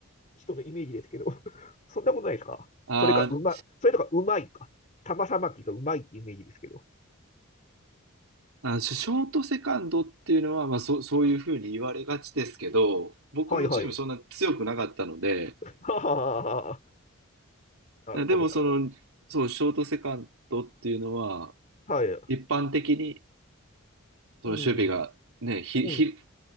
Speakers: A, on the left (about 35°); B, on the right (about 85°).
A: 人のイメージですけど、<laughs> そんなことないですかそれかうまい、
B: あー
A: それとかうまいか。玉さばきがうまいってイメージですけど。
B: あの、シショートセカンドっていうのは、まあ、そ、そういうふうに言われがちですけど、僕のチームそんな強くなかったので、
A: はいはい。<laughs> ははははは。なるほど、
B: でもその、
A: なるほど。
B: そう、ショートセカンドっていうのは、
A: はい。
B: 一般的に、その守備が、
A: うん、
B: ね、ひ、
A: うん。
B: ひ、